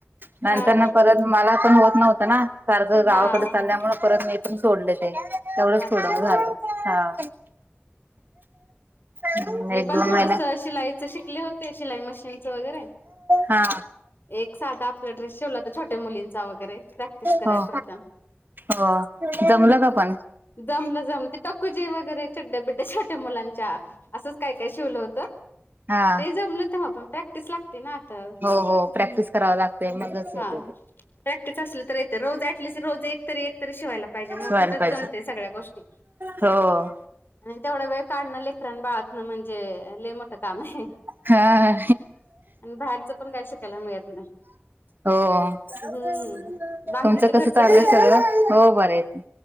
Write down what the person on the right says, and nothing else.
नंतर
ना परत
मला पण होत ना सारखं गावाकडे
चालल्यामुळे
मी सोडले ते तेवढंच
थोडं झाल हा. अजून
एक
दोन
महिन्यात
हा
हो
हो जमलं का पण
हा
हो हो प्रॅक्टिस कराव लागतंय मगच
येतंय ते
व्हायला
पाहिजे
हो.
हा.
हो तुमचं
कसं चालू
आहे
सगळं हो बरे आहेेत.